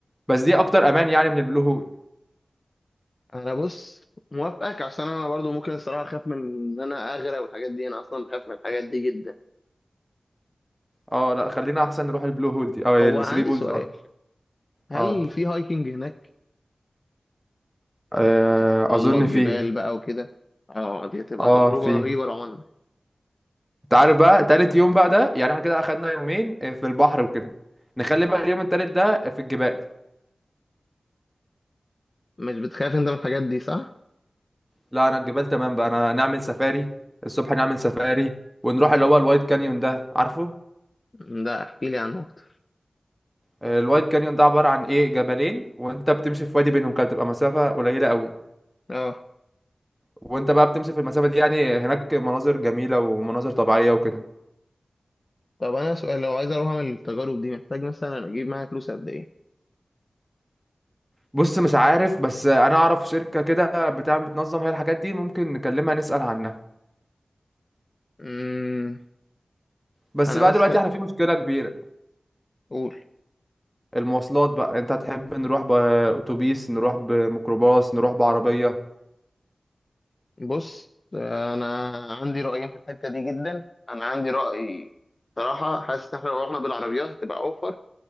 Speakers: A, in the centre; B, on the left.
A: بس دي اكتر امان يعني من البلو هول
B: انا بص موافقك عشان انا برضو ممكن الصراحه اخاف من ان انا اغرق والحاجات دي انا اصلا بخاف من الحاجات دي جدا
A: اه لا خلينا احسن نروح البلو هول دي او الثري
B: هو عندي
A: بولز
B: سؤال هل
A: اه
B: في هايكنج هناك
A: آه،
B: هتتسلق
A: اظن
B: جبال
A: فيه
B: بقى وكده اه دي هتبقى
A: اه
B: تجربه
A: فيه
B: رهيبه لو عملنا
A: انت عارف بقى تالت يوم بقى ده يعني احنا كده اخدنا يومين آه، في البحر وكده نخلي بقى اليوم التالت ده في الجبال
B: مش بتخاف انت من الحاجات دي صح
A: لا انا الجبال تمام بقى انا نعمل سفاري الصبح نعمل سفاري ونروح اللي هو الوايت كانيون ده عارفه
B: لا احكي لي عنه اكتر
A: آه، الوايت كانيون ده عبارة عن ايه جبلين وانت بتمشي في وادي بينهم كده بتبقى مسافة قليلة قوي
B: اه
A: وانت بقى بتمشي في المسافة دي يعني هناك مناظر جميلة ومناظر طبيعية وكده
B: طب انا سؤال لو عايز اروح اعمل التجارب دي محتاج مثلا اجيب معايا فلوس قد ايه
A: بص مش عارف بس انا اعرف شركة كده بتعمل بتنظم هي الحاجات دي ممكن نكلمها نسأل عنها
B: امم
A: بس
B: انا
A: بقى
B: بس
A: دلوقتي
B: خ...
A: احنا في مشكلة كبيرة
B: قول
A: المواصلات بقى انت هتحب نروح بأتوبيس نروح بميكروباص نروح بعربية
B: بص انا عندي رايين في الحته دي جدا انا عندي راي صراحه حاسس ان احنا لو رحنا بالعربيات هتبقى اوفر